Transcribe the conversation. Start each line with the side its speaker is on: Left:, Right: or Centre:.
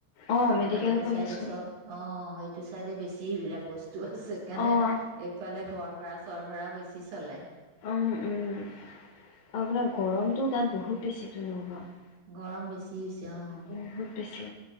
Left: অ', মেডিকেল
Right: আমাৰ এইটো
Left: কলেজ
Right: চাইডে
Left: খন
Right: চব, অ', এইটো চাইডে বেছি এইবিলাক বছ তু আছে কাৰণে
Left: অ',
Right: এইফালে ঘৰ ভাড়া, চৰ ভাড়াও বেছ ছি চলে।
Left: অ', উম। আও আপোনাৰ গৰমটো তাত বহুত বেছিতো নগাঁৱত।
Right: অ' বেছ <unintelligible>
Left: বহুত
Right: <unintelligible>
Left: বেছি।